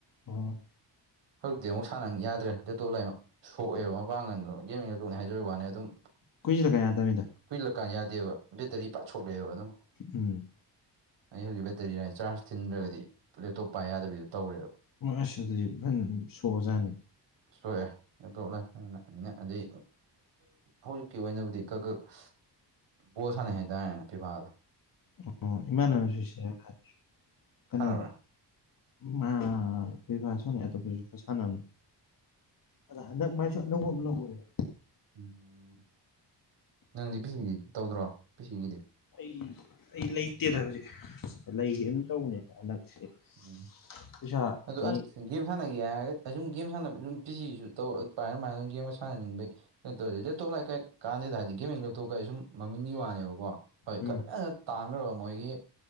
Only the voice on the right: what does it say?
ꯍꯧꯖꯤꯛꯇꯤ ꯑꯃꯨꯛ ꯁꯥꯟꯅ ꯌꯥꯗ꯭ꯔꯦ ꯂꯦꯇꯣ ꯂꯥꯏꯅ ꯁꯣꯛꯑꯦꯕ ꯃꯄꯥꯡꯒꯟꯗꯣ ꯒꯦꯝꯃꯤꯡ ꯇꯣꯛꯅꯤ ꯍꯥꯏꯖꯔ ꯋꯥꯅꯤ ꯑꯗꯨꯝ
ꯀꯨꯏꯠꯂꯀꯥꯟ ꯌꯥꯗꯦꯕ ꯕꯦꯇꯔꯤ ꯄꯥꯊꯣꯛꯂꯑꯦꯕ ꯑꯗꯨꯝ
ꯑꯩ ꯍꯧꯖꯤꯛ ꯕꯦꯇꯔꯤ ꯂ ꯆꯥꯔꯖ ꯊꯤꯟꯗ꯭ꯔꯒꯗꯤ ꯂꯦꯞꯇꯣꯞ ꯄꯥꯏ ꯌꯥꯗꯕꯤꯗꯣ ꯇꯧꯔꯦꯕ
ꯁꯣꯛꯑꯦꯊꯣꯛꯂꯦ ꯑꯗꯨꯢ ꯍꯧꯖꯤꯛꯀꯤ ꯑꯣꯏꯅꯕꯨꯗꯤ ꯀꯛꯀꯛ ꯕꯣꯜ ꯁꯥꯟꯅꯩ ꯍꯥꯏꯇꯥꯔꯦꯅꯦ ꯄꯦꯕꯥꯗ
ꯁꯥꯟꯅꯕ꯭ꯔꯥ
ꯎꯝ ꯅꯪꯗꯤ ꯄꯤꯁꯤꯗꯤ ꯇꯧꯗ꯭ꯔꯣ ꯄꯤꯁꯤꯒꯤꯗꯤ
ꯎꯝ
ꯑꯗꯨ
ꯑꯁ ꯒꯦꯝ ꯁꯥꯟꯅꯒꯦ ꯍꯥꯏꯔꯒ ꯑꯁꯨꯝ ꯒꯦꯝ ꯁꯥꯟꯅꯕ ꯑꯗꯨꯝ ꯄꯤꯁꯤꯁꯨ ꯇꯧꯔ ꯄꯥꯏꯔꯝ ꯑꯃꯥꯏꯅ ꯒꯦꯝꯒ ꯁꯥꯟꯅꯅꯤꯡꯕꯩ ꯀꯩꯅꯣ ꯇꯧꯔꯗꯤ ꯂꯦꯞꯇꯣꯞ ꯂꯩꯀꯥꯏ ꯀꯥꯟꯅꯗꯦꯗ ꯍꯥꯏꯗꯤ ꯒꯦꯝꯃꯤꯡ ꯂꯦꯞꯇꯣꯞꯀꯖꯦ ꯁꯨꯝ ꯃꯃꯤꯡꯒꯤ ꯋꯥꯅꯦꯕꯀꯣ ꯍꯣꯏ
ꯈꯔ ꯈꯛ ꯇꯥꯡꯒ꯭ꯔꯕ ꯃꯣꯏꯒꯤ